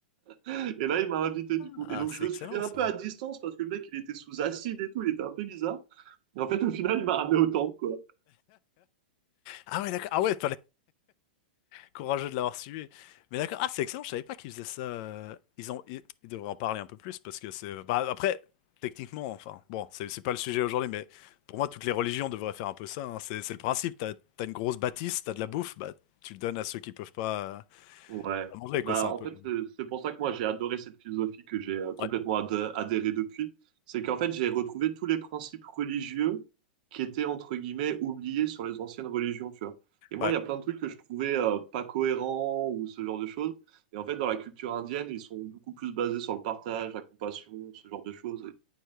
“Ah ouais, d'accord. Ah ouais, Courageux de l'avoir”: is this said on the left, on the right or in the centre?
Left